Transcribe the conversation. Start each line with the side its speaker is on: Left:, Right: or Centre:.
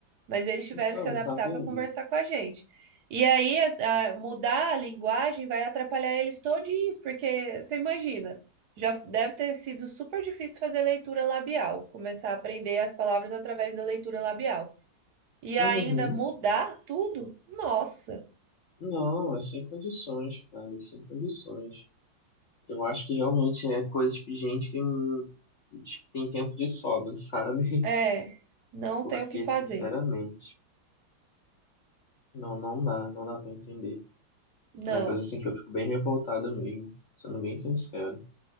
Right: Mas eles tiveram
Left: então,
Right: que se adaptar
Left: tá vendo?
Right: para conversar com a gente. E aí, a- a- mudar a linguagem vai atrapalhar eles todinhos, porque você imagina, já deve ter sido super difícil fazer leitura labial, começar a aprender as palavras através da leitura labial. E
Left: Uhum.
Right: ainda mudar tudo? Nossa,
Left: Não, é sem condições, cara, é sem condições. Eu acho que realmente é coisa de gente que não tipo, tem tempo de sobra, sabe?
Right: é,
Left: <laughs>
Right: não
Left: Porque,
Right: tem o que fazer.
Left: sinceramente, não, não dá, não dá pra entender.
Right: Não.
Left: É uma coisa assim que eu fico bem revoltado mesmo, sendo bem sincero.